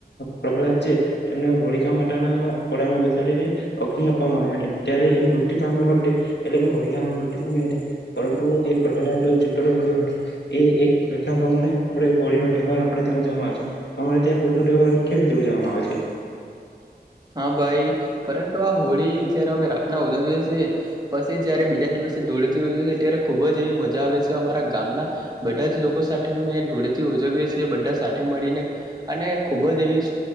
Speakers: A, on the left; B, on the right.
A: પ્રહલાદ છે તેમને હોળીિકા માટના ઘોડામાં બેસાડીને અગ્નિ આપવામાં આવી હતી ત્યારે એ મૃત્યુ પામ્યો હતો એટલે કે હોળીિકામાં મૃત્યુ પામ્યો હતી પરંતુ એ પ્રહલાદ જૂતોો રહી ગયો હતો એ એક ઘટના પ્રમાણે આપણે હોળીનો તહેવાર આપણે ત્યાં ઉજવામાં આવે્યો છે તો અમારે ત્યાં હોળીનો તહેવાર કેવી રીતે ઉજવવામાં આવે છે.
B: હા ભાઈ પરંતુ આ હોળી જય્યારે અમે રાતના ઉજવીએ છીએ પછી જયારે બીજા દિવસે ધૂળેથી ઉજવીએ છીએ ત્યારે ખુબ જ એવી મજા આવે છે અમા. ગામના બધા જ લોકો સાથે અમે ધૂળેતી ઉજવીએ છીએ બધા સાથે મળીને અને ખુબ જ એવી